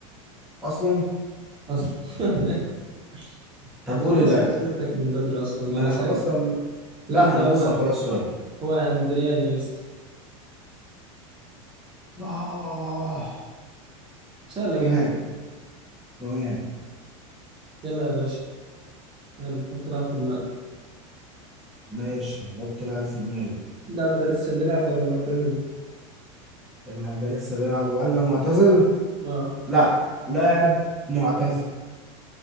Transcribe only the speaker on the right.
أصلا <laughs>
انت
خلصت
أسئلتك من بدري أصلا
وأنا
سايب
اللاعب ده
هو
هو أندريا نيستا
سهلة
جدا
يلا يا باشا يلا حط لاعب في دماغك
اللاعب ده لسه بيلعب ولا معتزل؟
اه